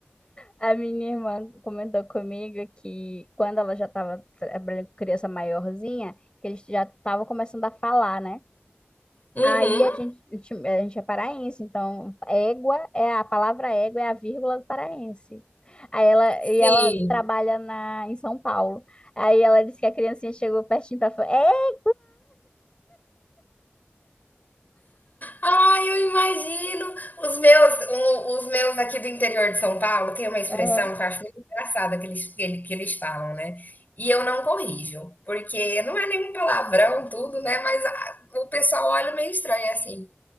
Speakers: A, on the left; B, on the left.
A: A minha irmã comentou comigo que quando ela já estava trabalhando com criança maiorzinha, que eles já estavam começando a falar, né?
B: Uhum.
A: Aí a gente, a gente a gente é paraense, então égua é a palavra égua é a vírgula do paraense. Aí ela,
B: Sim.
A: e ela trabalha na, em São Paulo. Aí ela disse que a criancinha chegou pertinho para falar, é,
B: Ah, eu imagino. Os meus, o- os meus aqui do interior de São Paulo tem uma expressão
A: Aham.
B: que eu acho muito engraçada que eles, que ele- que eles falam, né? E eu não corrijo, porque não é nenhum palavrão, tudo, né? Mas a- o pessoal olha meio estranho assim.